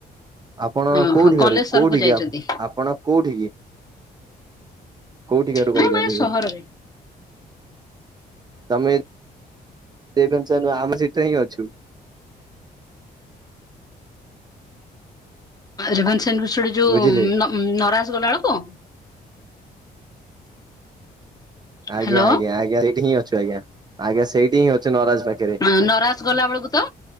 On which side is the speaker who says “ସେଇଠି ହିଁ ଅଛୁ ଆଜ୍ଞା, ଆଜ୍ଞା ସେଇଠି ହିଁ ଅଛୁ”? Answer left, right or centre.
Right